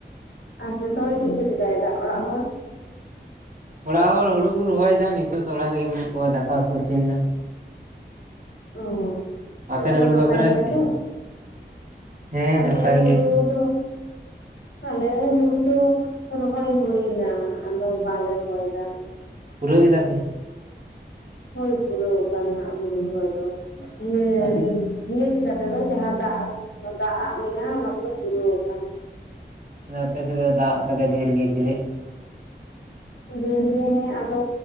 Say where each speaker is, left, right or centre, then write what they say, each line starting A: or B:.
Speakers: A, on the left; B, on the right.
A: ᱟᱨ ᱡᱚᱛᱚ ᱦᱚᱲ ᱪᱮᱫ ᱠᱚ ᱪᱮᱠᱟᱭᱮᱫᱟ ᱚᱲᱟᱜ ᱦᱚᱲ‌?
B: ᱚᱲᱟᱜ ᱦᱚᱲ ᱦᱩᱲᱩ ᱠᱚ ᱨᱚᱦᱚᱭᱫᱟ᱾ ᱱᱤᱛᱚᱜ ᱫᱚ ᱚᱲᱟᱜ ᱨᱮᱜᱮ ᱢᱮᱱᱟᱜ ᱠᱚᱣᱟ ᱫᱟᱠᱟ ᱠᱚᱠᱚ ᱤᱥᱤᱱᱫᱟ᱾
A: ᱚ᱾
B: ᱟᱯᱮ
A: ᱡᱚᱛᱚ
B: ᱫᱚ
A: ᱯᱮ
B: ᱦᱩᱲᱩ
A: ᱱᱟᱯᱟᱭ
B: ᱵᱟᱯᱮ ᱨᱚᱦᱚᱭᱮᱫ
A: ᱜᱮᱭᱟ
B: ᱛᱮ
A: ᱛᱚ?
B: ᱦᱮᱸ
A: ᱟᱞᱮ
B: ᱱᱟᱯᱟᱭ
A: ᱦᱩᱲᱩ
B: ᱜᱮᱭᱟ ᱠᱚ
A: ᱫᱚ ᱟᱞᱮ ᱦᱩᱲᱩ ᱫᱚ ᱨᱚᱦᱚᱭ ᱦᱩᱭ ᱮᱱᱟ, ᱟᱫᱚ ᱵᱟᱞᱮ ᱨᱚᱦᱚᱭ ᱫᱟ᱾
B: ᱯᱩᱨᱟᱹᱣ ᱠᱮᱫᱟ ᱯᱮ?
A: ᱦᱳᱭ ᱯᱩᱨᱟᱹᱣ ᱟᱠᱟᱱᱟ ᱱᱟᱦᱟᱜ ᱦᱩᱲᱩ ᱨᱚᱦᱚᱭ ᱫᱚ᱾ <unintelligible>
B: ᱟᱹᱰᱤ
A: ᱱᱤᱭᱟᱹ ᱞᱮᱠᱟ ᱛᱮᱫᱚ ᱡᱟᱦᱟᱸ ᱫᱟᱜ-ᱟᱜ ᱫᱟᱜ-ᱟᱜ ᱢᱮᱱᱟᱜᱼᱟ ᱚᱱᱟ ᱠᱚᱫᱚ ᱯᱩᱨᱟᱹᱣ ᱟᱠᱟᱱᱟ᱾
B: ᱟᱫᱚ ᱟᱯᱮ ᱥᱮᱫ ᱫᱚ ᱫᱟᱜ ᱟᱠᱟᱫᱟ ᱰᱷᱮᱨ ᱜᱮ ᱪᱮᱞᱮᱫ?
A: ᱰᱷᱮᱨ ᱜᱮ ᱦᱮᱸ ᱟᱫᱚ